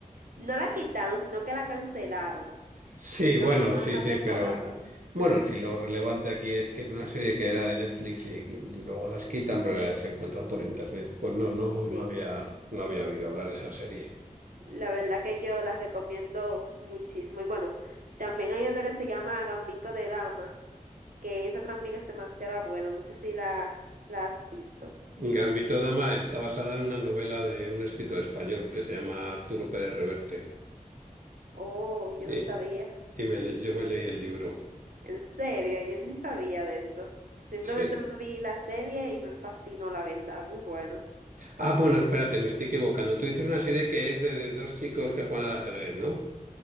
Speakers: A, on the right (about 80°); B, on the right (about 70°).
A: no la quitaron, sino que la cancelaron
B: Sí,
A: y no,
B: bueno,
A: no
B: sí,
A: hay más
B: sí,
A: temporada.
B: pero bueno, si lo relevante aquí es que es una serie que era de Netflix y luego las quitan, pero ya se encuentran por internet. Pues no, no, no
A: Sí,
B: había, no había oído hablar de esa serie.
A: la verdad que yo las recomiendo muchísimo. Y bueno, también hay otra que se llama Gambito de Dama, que esa también es demasiado buena. No sé si la, la has visto.
B: Gambito de Dama está basada en una novela de un escritor español que se llama Arturo Pérez Reverte.
A: Oh, yo
B: Y,
A: no sabía.
B: y me le- yo me leí el libro.
A: En serio, yo ni sabía de eso. Simplemente
B: Sí.
A: me vi la serie y me fascinó, la verdad. Muy buena.
B: Ah, bueno, espérate, me estoy equivocando. Tú dices una serie que es de, de dos chicos que juegan al ajedrez, ¿no?